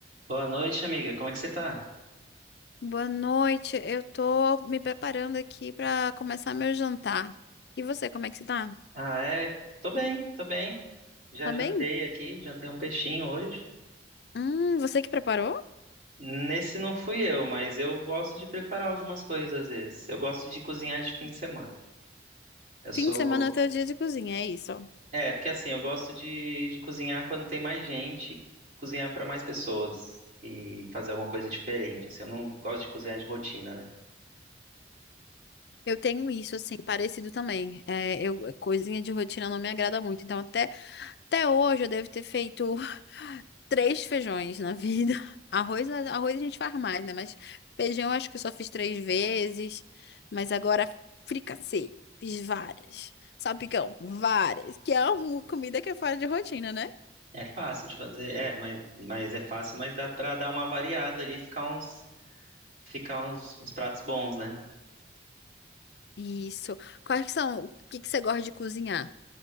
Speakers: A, on the right; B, on the left.
A: Boa noite, amiga. Como é que você tá?
B: Boa noite. Eu tô me preparando aqui pra começar meu jantar. E você, como é que você tá?
A: Ah, é. Tô bem, tô bem. Já
B: Tá
A: jantei
B: bem?
A: aqui, jantei um peixinho hoje.
B: Hum, você que preparou?
A: Nesse não fui eu, mas eu gosto de preparar algumas coisas às vezes. Eu gosto de cozinhar de fim de semana. Eu sou.
B: Fim de semana é teu dia de cozinha, é isso.
A: É, porque assim, eu gosto de, de cozinhar quando tem mais gente, cozinhar pra mais pessoas e fazer alguma coisa diferente. Assim, eu não gosto de cozinhar de rotina, né?
B: Eu tenho isso, assim, parecido também. É, eu, coisinha de rotina não me agrada muito. Então, até Até hoje eu devo ter feito <laughs> três feijões na vida. Arroz, arroz a gente faz mais, né? Mas feijão acho que eu só fiz três vezes. Mas agora fricassê, fiz várias. Salpicão, várias. Que é uma comida que é fora de rotina, né?
A: É fácil de fazer, é, mas, mas é fácil, mas dá pra dar uma variada ali, ficar uns, ficar uns uns pratos bons, né?
B: Isso. Quais que são? O que que você gosta de cozinhar